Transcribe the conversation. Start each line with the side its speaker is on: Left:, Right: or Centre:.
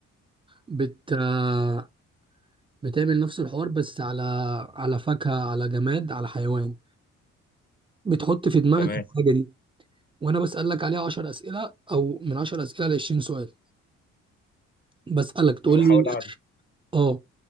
Right: بت آه بتعمل نفس الحوار بس على على فاكهه على جماد على حيوان بتحط في دماغك
Left: تمام
Right: الحاجه دي وانا بسألك عليها 10 اسئله او من 10 اسئله ل 20 سؤال بسألك تقول
Left: او
Right: لي
Left: حاول اعرف
Right: اه